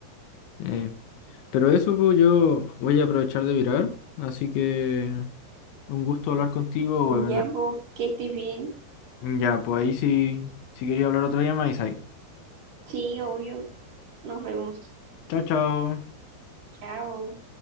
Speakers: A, on the left; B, on the right.
A: Eh, pero eso pues, yo voy a aprovechar de virar. Así que un gusto hablar contigo. weón.
B: Ya, pues, que estés bien.
A: Ya, pues ahí sí, si quería hablar otro día, me ahí.
B: Sí, obvio. Nos vemos.
A: Chao, chao.
B: Chao.